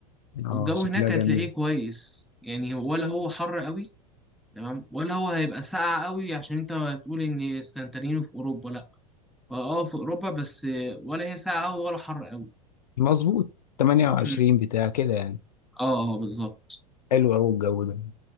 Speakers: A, on the left (about 80°); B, in the centre.
A: اه
B: والجو
A: شكلها
B: هناك
A: جميل
B: هتلاقيه كويس يعني ولا هو حر قوي تمام ولا هو هيبقى ساقع قوي عشان انت هتقول ان سانتارينو في اوروبا لا اه في اوروبا بس ولا هي ساقعه قوي ولا حر قوي
A: مظبوط 28
B: <clears throat>
A: بتاع كده يعني
B: اه اه بالظبط
A: حلو قوي الجو ده